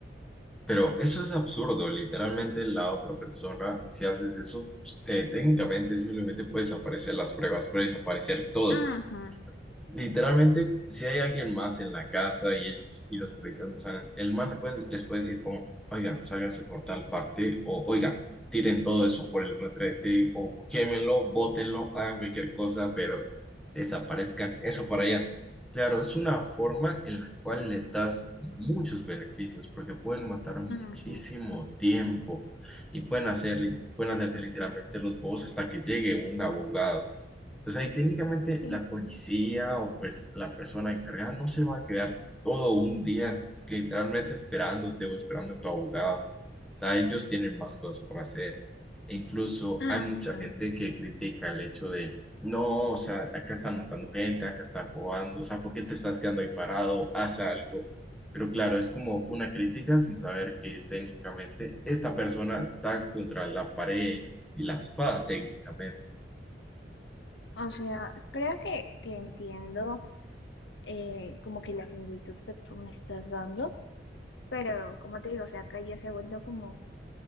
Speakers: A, in the centre; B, on the left.
A: Pero eso es absurdo, literalmente la otra persona, si haces eso, pues, te- técnicamente simplemente puedes aparecer las pruebas, puedes aparecer todo.
B: Ajá,
A: Literalmente, si hay alguien más en la casa y ellos y los policías no salen, el man le puede- les puede decir como, oigan, sálganse por tal parte, o oigan, tiren todo eso por el retrete, o quémenlo, bótenlo, hagan cualquier cosa, pero desaparezcan eso para allá. Claro, es una forma en la cual les das muchos beneficios, porque pueden matar muchísimo
B: ajá,
A: tiempo y pueden hacer, pueden hacerse literalmente los bobos hasta que llegue un abogado. Pues ahí técnicamente
B: Sí,
A: la policía o pues la persona encargada no se va a quedar todo un día literalmente esperándote o esperando a tu abogado. O sea, ellos tienen más cosas por hacer. E incluso
B: ajá.
A: hay mucha gente que critica el hecho de, no, o sea, acá están matando gente, acá están robando, o sea, ¿por qué te estás quedando ahí parado? Haz algo. Pero claro, es como una crítica sin saber que técnicamente esta persona está contra la pared y la espada técnicamente.
B: o sea, creo que, que entiendo eh, como que la similitud que tú me estás dando, pero como te digo, o sea, acá ya se ha vuelto como